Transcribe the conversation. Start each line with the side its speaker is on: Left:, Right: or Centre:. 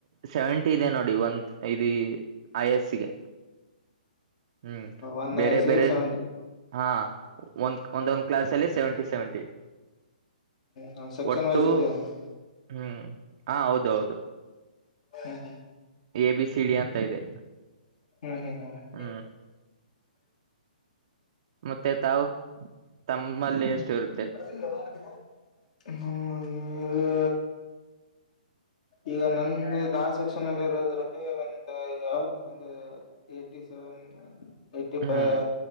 Right: ಸೆವೆಂಟಿ ಇದೆ ನೋಡಿ ಒಂದ ಇ ಐ ಎಸ್ಗೆ ಹ್ಮ್
Left: ಒನ್ ವಯಸ್ಸಿಗೆ
Right: ಬೇರೆ ಬೇರೆ
Left: ಸೆವೆಂಟಿ
Right: ಹಾ ಒಂದ ಒಂದೊಂದ್ ಕ್ಲಾಸ್ ಅಲ್ಲಿ ಸೆವೆಂಟಿ ಸೆವೆಂಟಿ
Left: ಹ್ಮ್ ಸೆಕ್ಷನ್
Right: ಒಟ್ಟು
Left: ವೈಸ್ ಇದೆಯಂಗೆ
Right: ಹ್ಮ್ ಹ ಹೌದ ಹೌದು
Left: ಹ್ಮ್
Right: ಎ ಬಿ ಸಿ ಡಿ ಅಂತ ಇದೆ
Left: ಹ್ಮ್ ಹ್ಮ್ ಹ್ಮ್
Right: ಹ್ಮ ಮತ್ತೆ ತಾವು ತಮ್ಮಲ್ಲಿ ಎಷ್ಟು ಇರುತ್ತ
Left: <unintelligible> ಈಗ ನನ್ ದಾ ಸೆಕ್ಷನ್ ಅಲ್ಲಿ ಇರೋದ್ರಲ್ಲಿ ಒಂದು ಯಾರ ಒಂದ ಎಟಿಸವೆನ್ ಎಟಿಫೈವ್
Right: ಹ್ಮ್